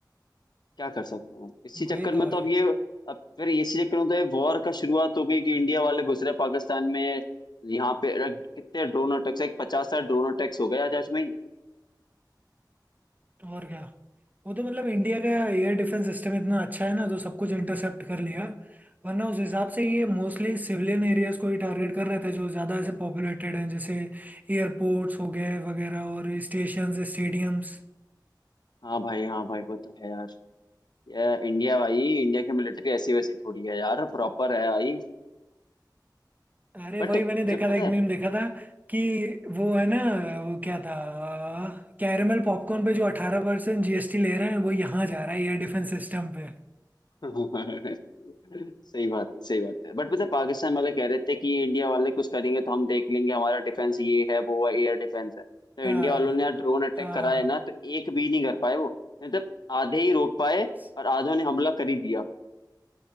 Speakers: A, on the left; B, on the right.
A: क्या कर सकते हैं इसी चक्कर
B: वही
A: में
B: तो भाई
A: तो अब ये अब फिर इसी चक्कर में तो ये वॉर का शुरुआत हो गई कि इंडिया वाले घुस रहे पाकिस्तान में यहाँ पे रख- कितने ड्रोन अटैक्स एक पचास साठ ड्रोन अटैक्स हो गए आज आज में ही
B: और क्या वो तो मतलब इंडिया का एयर डिफेंस सिस्टम इतना अच्छा है ना तो सब कुछ इंटरसेप्ट कर लिया वरना उस हिसाब से ये मोस्टली सिविलियन एरियाज को ही टारगेट कर रहे थे जो ज़्यादा ऐसे पॉपुलेटेड हैं जैसे एयरपोर्ट्स हो गए वगैरह और स्टेशंस स्टेडियम्स
A: हाँ भाई हाँ भाई वो तो है यार ये इंडिया भाई इंडिया की मिलिट्री ऐसी वैसी थोड़ी है यार प्रॉपर है आई
B: अरे
A: बट
B: वही मैंने देखा
A: जब पता
B: था एक
A: है
B: मीम देखा था कि वो है ना वो क्या था कैरमल पॉपकॉर्न पे जो अठारह परसेंट जीएसटी ले रहे हैं वो यहाँ जा रहा है एयर डिफेंस सिस्टम पे
A: <laughs> सही बात है सही बात है बट पता है, पाकिस्तान वाले कह रहे थे कि इंडिया वाले कुछ करेंगे तो हम देख लेंगे हमारा डिफेंस ये है वो है एयर डिफेंस है तो
B: हाँ
A: इंडिया वालों ने यार ड्रोन अटैक
B: हाँ
A: करा
B: हाँ
A: है ना तो एक भी नहीं कर पाए वो मतलब आधे ही रोक पाए
B: स-
A: और आधों ने हमला कर ही दिया